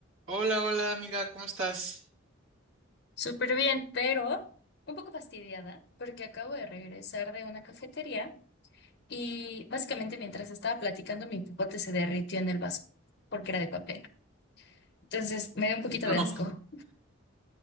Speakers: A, on the right; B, on the left.
A: Hola, hola amiga, ¿cómo estás?
B: Súper bien, pero un poco fastidiada porque acabo de regresar de una cafetería y básicamente mientras estaba platicando mi popote se derritió en el vaso porque era de papel. Entonces me dio un poquito
A: No,
B: de asco.
A: <laughs>